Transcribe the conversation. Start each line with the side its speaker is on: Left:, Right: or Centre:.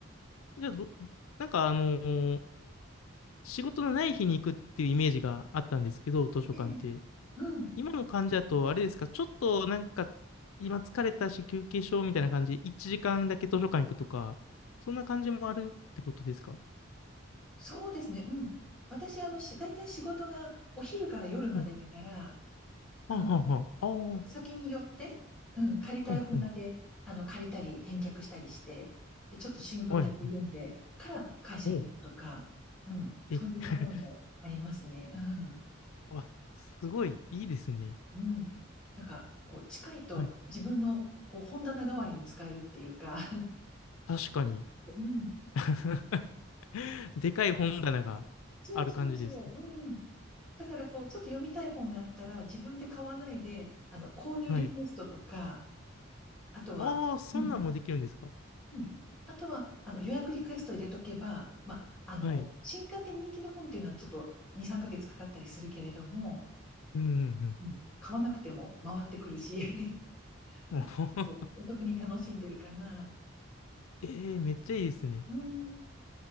Left: じゃあどなんかあの仕事のない日に行くっていうイメージがあったんですけど図書館って
Centre: ええうん。
Left: 今の感じだと、あれですか、ちょっとなんか、今疲れたし休憩しようみたいな感じで、1時間だけ図書館行くとか、そんな感じもあるってことですか
Centre: そうですね。うん。私、あの、し、大体仕事がお昼から夜までだから、
Left: はい。はあはあはあ。
Centre: うん。
Left: ああ、う
Centre: 先に寄って、うん。借りたい本だけ、
Left: んうん。
Centre: あの、借りたり、返却したりして、で、ちょっと新聞だけ読んでから会社に行くとか、
Left: はいはい。おう
Centre: うん。
Left: え、
Centre: そういうパターンもありますね。
Left: <laughs>
Centre: うん。
Left: わすごい、いいですね。
Centre: うん。なんか、こう、近いと自分の、
Left: はい。
Centre: こう、本棚代わりに使えるっていうか <laughs>
Left: 確かに。
Centre: うん。
Left: <laughs> でかい本棚がある感じです。
Centre: そうそうそう。うん。だから、こう、ちょっと読みたい本があったら、自分で買わないで、あの、購入リクエストとか、
Left: はい。
Centre: あとは、
Left: ああ、そんなんもできるんですか
Centre: うん。うんあとは、あの、予約リクエスト入れとけば、まあ、あの、
Left: はい。
Centre: 新刊で人気の本っていうのはちょっと2、3ヶ月かかったりするけれども、
Left: うんうん
Centre: うん。買わなくても回ってくるし <laughs>
Left: うん。<laughs> おほほ
Centre: お得に楽しんでるかな。
Left: えー、めっちゃいいですね。
Centre: うん。